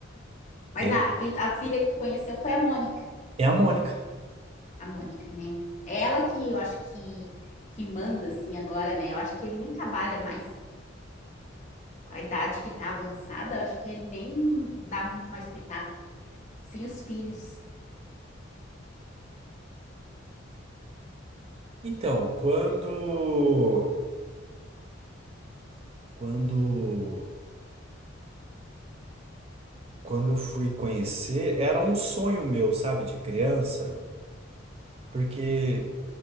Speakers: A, on the left; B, on the right.
A: Mas
B: Ele
A: a, quem, a filha que tu conheceu foi a Mônica.
B: é a Mônica.
A: A Mônica, né? É ela que eu acho que, que manda, assim, agora, né? Eu acho que ele nem trabalha mais com a idade que tá avançada. Eu acho que ele nem dá muito mais pitaco. Sem os filhos.
B: Então, quando. Quando. Quando eu fui conhecer, era um sonho meu, sabe, de criança, porque